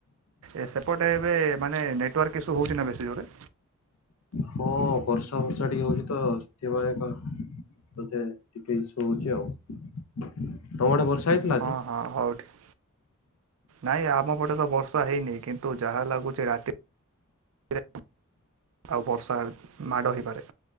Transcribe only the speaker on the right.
ଏ ସେପଟେ ଏବେ ମାନେ ନେଟୱାର୍କ ଇସ୍ୟୁ ହଉଛି ନା ବେଶୀ ଜୋରେ।
ହଁ
ହଁ ହଉ ଠିକ୍ ନାଇଁ ଆମ ପଟେ ତ ବର୍ଷା ହେଇନି କିନ୍ତୁ ଯାହା ଲାଗୁଛି ରାତି ରେ ଆଉ ବର୍ଷା ମାଡ ହେଇପାରେ।